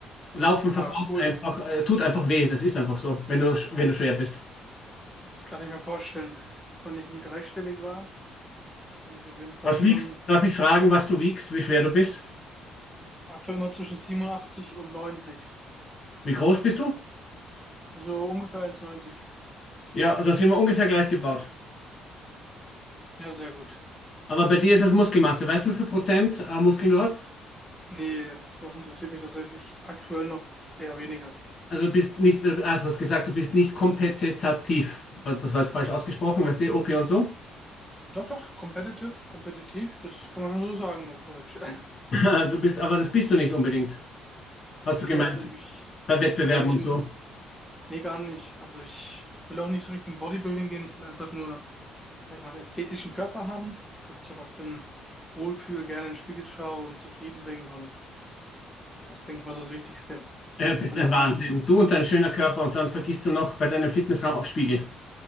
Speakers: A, on the left; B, in the centre.
A: Laufen
B: Ja,
A: verbraucht
B: cool.
A: einfach, äh, tut einfach weh, das ist einfach so, wenn du, sch- wenn du schwer bist.
B: Das kann ich mir vorstellen. Wenn ich nie dreistellig war, das denke ich auf jeden Fall
A: Was
B: schon
A: wiegst? Darf ich fragen, was du wiegst, wie schwer du bist?
B: aktuell immer zwischen 87 und neunzig,
A: Wie groß bist du?
B: So ungefähr eins Komma 90.
A: Ja, also sind wir ungefähr gleich gebaut.
B: Ja, sehr gut.
A: Aber bei dir ist das Muskelmasse. Weißt du, wie viel Prozent äh, Muskeln du hast?
B: Nee, sowas interessiert mich tatsächlich aktuell noch eher weniger.
A: Also du bist nicht, äh, also du hast gesagt, du bist nicht kompetitiv. Das war jetzt falsch ausgesprochen, weißt du, OP und so.
B: Doch, doch, competitive, kompetitiv, das kann man schon so sagen auf Deutsch. <laughs>
A: <laughs> Du bist, aber das bist du nicht unbedingt, hast
B: Nee,
A: du gemeint,
B: also mich,
A: bei Wettbewerben
B: aktuell mich
A: und
B: in,
A: so.
B: nee, gar nicht. Also ich will auch nicht so richtig in Bodybuilding gehen. Ich will einfach nur, sag ich mal, einen ästhetischen Körper haben, weil ich mich einfach drin wohlfühle, gerne in den Spiegel schaue und zufrieden bin. Und das, denke ich mal, so das Wichtigste.
A: Du
B: Und sich
A: bist
B: dann
A: ein
B: auch
A: Wahnsinn.
B: mal,
A: Du und dein schöner Körper und dann vergisst du noch bei deinem Fitnessraum auf Spiegel.